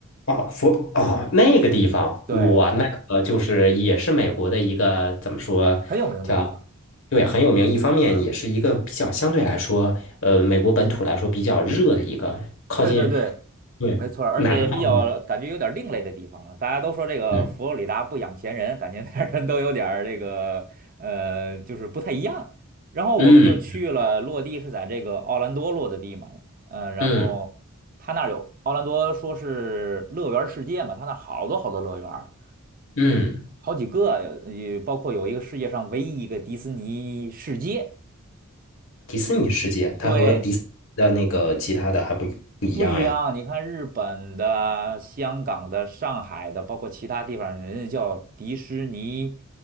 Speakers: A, on the left; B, on the right.
A: 啊，佛啊，那个地方，
B: 对，
A: 我那个就是也是美国的一个怎么说叫，
B: 很有名的地方。
A: 对，很有名。一方面也是一个比较相对来说，呃，美国本土来说比较热的一个靠近
B: 对对对，
A: 对南方嘛，
B: 没错儿而且也比较感觉有点儿另类的地方啊。大家都说这个佛罗里达不养闲人，
A: 嗯
B: 感觉那儿人都有点儿这个呃，就是不太一样。然后我们就去了，
A: 嗯
B: 落地是在这个奥兰多落的地嘛，嗯、然后他那儿有奥兰多说是乐园世界嘛，
A: 嗯
B: 他那儿好多好多乐园儿
A: 嗯，
B: 好几个，有也包括有一个世界上唯一一个迪士尼世界。
A: 迪士尼世界，它和迪斯的那个其他的还不不一样呀。
B: 对，不一样，你看日本的、香港的、上海的，包括其他地方，人家叫迪士尼